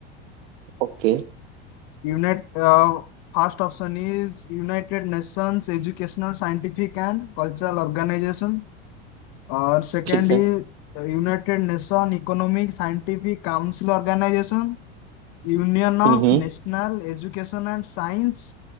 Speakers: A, on the right (about 70°); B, on the left (about 55°).
A: ओके
B: Unite first option is united nations educational scientific and cultural organization और second
A: ठीक है
B: is united nation economic scientific council organization Union of
A: हम्म
B: national education and science